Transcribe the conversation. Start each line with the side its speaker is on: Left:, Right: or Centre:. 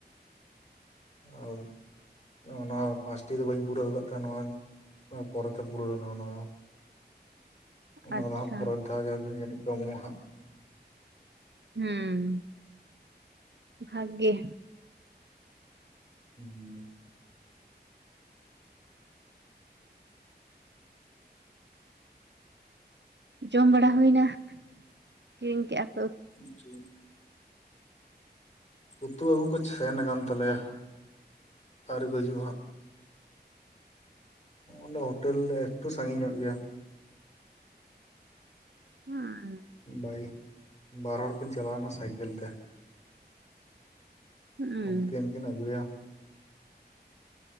Left: ᱟᱨ ᱱᱚᱜ-ᱚ ᱱᱚᱣᱟ ᱯᱟᱸᱪᱴᱤ ᱫᱚ ᱵᱟᱹᱧ ᱯᱩᱨᱟᱹᱣ ᱟᱠᱟᱫ ᱛᱟᱦᱮ ᱱᱚᱣᱟ ᱯᱚᱨᱮᱛᱮ ᱯᱩᱨᱟᱹᱣᱱᱟ ᱚᱱᱟ ᱫᱚ ᱚᱱᱟ
Right: ᱟᱪᱪᱷᱟ
Left: ᱫᱚ ᱦᱟᱸᱜ ᱯᱚᱨᱮᱨ ᱫᱷᱟᱣ ᱜᱮ ᱡᱟᱹᱱᱤᱡ ᱠᱚ ᱮᱢᱚᱜᱼᱟ ᱦᱟᱸᱜ
Right: ᱦᱩᱸ ᱵᱷᱟᱜᱮ
Left: ᱦᱩᱸ
Right: ᱡᱚᱢ ᱵᱟᱲᱟ ᱦᱩᱭᱱᱟ ᱠᱤᱨᱤᱧ ᱠᱮᱫᱼᱟ
Left: ᱟᱪᱪᱷᱟ ᱩᱛᱩ ᱟᱹᱜᱩ ᱠᱚ ᱥᱮᱱ ᱟᱠᱟᱱ ᱛᱟᱞᱮᱭᱟ ᱟᱹᱣᱨᱤ ᱠᱚ ᱦᱤᱡᱩᱜᱼᱟ ᱦᱟᱸᱜ ᱱᱚᱜ ᱚᱸᱰᱮ ᱦᱳᱴᱮᱞ ᱮᱛᱚ ᱥᱟᱺᱜᱤᱧ ᱧᱚᱜ ᱜᱮᱭᱟ
Right: ᱦᱩᱸ
Left: ᱵᱟᱭ ᱵᱟᱨ ᱦᱚᱲ ᱠᱤᱱ ᱪᱟᱞᱟᱣᱱᱟ ᱥᱟᱭᱠᱮᱞ ᱛᱮ
Right: ᱦᱩᱸ
Left: ᱩᱱᱠᱤᱱ ᱠᱤᱱ ᱟᱹᱜᱩᱭᱟ